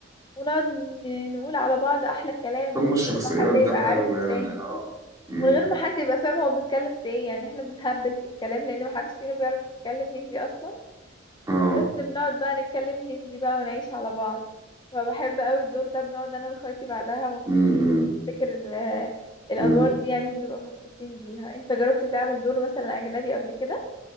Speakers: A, on the left; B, on the right.
A: ونقعد ن- نقول على بعض احلى كلام
B: تقمص
A: من
B: الشخصيات
A: غير ما حد يبقى
B: ده حلو
A: عارف التاني
B: يعني اه أمم.
A: من غير ما حد يبقى فاهم هو بيتكلم في ايه يعني احنا بنهبل في الكلام لان محدش فينا بيعرف يتكلم هندي اصلا
B: اه
A: بس بنقعد بقى نتكلم هندي بقى ونعيش على بعض فبحب قوي الدور ده بنقعد انا واخواتي بعدها مبسوطين
B: أمم، أمم،
A: وبنفتكر ال- آه، الادوار
B: أمم.
A: دي يعني وبنبقى مبسوطين بيها انت جربت تعمل دور مثلا اجنبي قبل كده